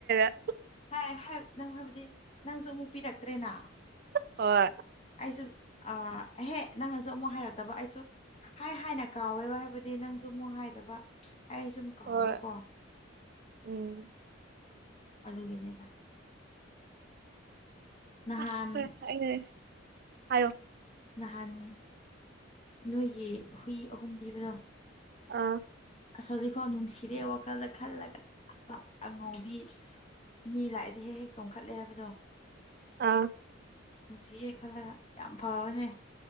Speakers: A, on the right (about 50°); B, on the left (about 30°).
A: ꯆꯠꯀ꯭ꯔꯦꯗ
B: ꯍꯥꯏ ꯍꯥꯏ ꯅꯪ ꯍꯥꯏꯕꯗꯤ ꯅꯪꯁꯨ ꯑꯃꯨꯛ ꯄꯤꯔꯛꯇ꯭ꯔꯦꯅ
A: ꯍꯣꯏ
B: ꯑꯩꯁꯨ ꯑꯍꯦ ꯅꯪꯅꯁꯨ ꯑꯃꯨꯛ ꯍꯥꯏꯔꯛꯇꯕ ꯑꯩꯁꯨ ꯍꯥꯏ ꯍꯥꯏꯅ ꯀꯥꯎꯋꯦꯕ ꯍꯥꯏꯕꯗꯤ ꯅꯪꯁꯨ ꯑꯃꯨꯛ ꯍꯥꯏꯗꯕ ꯑꯩ ꯁꯨꯝ ꯀꯥꯎꯕꯀꯣ
A: ꯍꯣꯏ ꯎꯝ
B: ꯑꯗꯨꯒꯤꯅꯦꯗ ꯅꯍꯥꯟ
A: ꯑꯁ <unintelligible> ꯍꯥꯏꯌꯣ
B: ꯅꯥꯍꯟ ꯅꯣꯏꯒꯤ ꯍꯨꯏ ꯑꯍꯨꯝ ꯄꯤꯕꯗꯣ
A: ꯑꯥ
B: ꯑꯁ ꯍꯧꯖꯤꯛꯐꯥꯎ ꯅꯨꯡꯁꯤꯔꯦ ꯋꯥꯈꯜꯗ ꯈꯜꯂꯒ ꯑꯉꯧꯕꯤ ꯃꯤ ꯂꯥꯛꯑꯗꯤ ꯍꯦꯛ ꯍꯦꯛ ꯆꯣꯡꯈꯠꯂꯦ ꯍꯥꯏꯕꯗꯣ
A: ꯑꯥ
B: ꯑꯁ ꯅꯨꯡꯁꯤꯌꯦ ꯈꯜꯂꯒ ꯌꯥꯝ ꯐꯕꯅꯦ